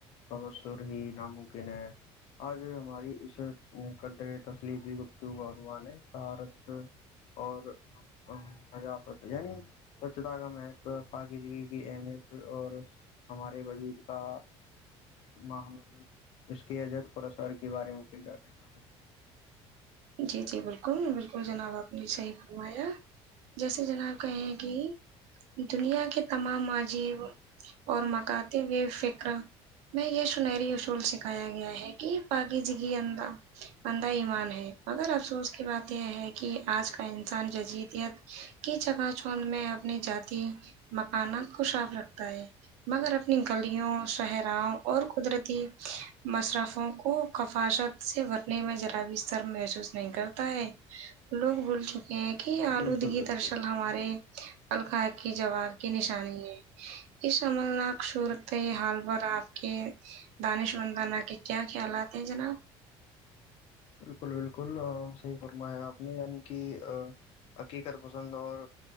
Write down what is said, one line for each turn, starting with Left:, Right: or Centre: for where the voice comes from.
Left: بثر ہی ناممکن ہے آج ہماری اس قدر تسلیف بھی گپت ہوا عنوان ہے طارت اور ہپ یعنی سوچھتا کا محو پاکی جی کی اہمیت اور ہمارے وجود کا ماحول اس کے عجت پر اسار کے بارے میں کوئی جا رہے ہیں
Right: جی جی بالکل بالکل جناب آپ نے صحیح فرمایا جیسے جناب کہیں کہ دنیا کے تمام عاجیب اور مکاتے ہوئے فکرا میں یہ سنہری اصول سکھایا گیا ہے کہ پاغی جگی اندا انندہ ایمان ہے مگر افسوس کی بات یہ ہے کہ آج کا انسان ججیدیت کی جگہ چھونند میں اپنی جات مکانا خوشاف رکھتا ہے مگر اپنی گلیوں صہراہں اور قدرتی مشرفوں کو کفاشت سے بھرنے میں جرا بھی ستر مح نہیں کرتا ہے لوگ بول چکے ہیں کہ
Left: بالکل
Right: آلودگی
Left: بالکل
Right: درصل ہمارے القاار کی جواب کی نشانی ہے اس عمرناک صورت حال پر آپ کے دانے شورندانہ کے کیا خیالات ہیں جناب
Left: بالکل بالکل صحیح فرمایا آپ نے یعنی کہ عقیقت پسند اور